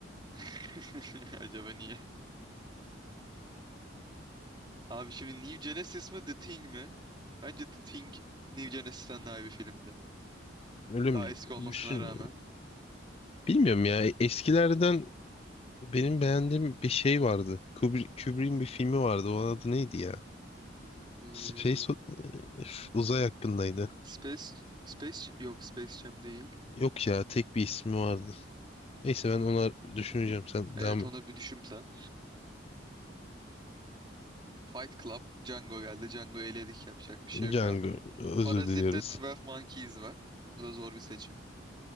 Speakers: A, on the right; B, on the left.
A: <laughs> Acaba niye? Abi şimdi New Genesis mi The Thing mi? Bence The Thing New Genesis'ten daha iyi bir filmdi.
B: <laughs> ölüm
A: Daha eski olmasına
B: düşün.
A: rağmen.
B: Bilmiyorum ya. Eskilerden benim beğendiğim bir şey vardı. Kubrick, Kubrick'in bir filmi vardı. Onun adı neydi ya?
A: Ee,
B: Space o- üf, uzay hakkındaydı.
A: Space Space yok Space Jam değil.
B: Yok ya tek bir ismi vardı. Neyse ben onlar düşüneceğim
A: Bir,
B: sen
A: evet
B: devam
A: ona
B: et.
A: bir düşün sen. Fight Club, Django geldi. Django eledik yapacak bir şey yok
B: Django
A: abi.
B: özür
A: Parazit'te
B: diliyoruz.
A: 12 Monkeys var. Bu da zor bir seçim.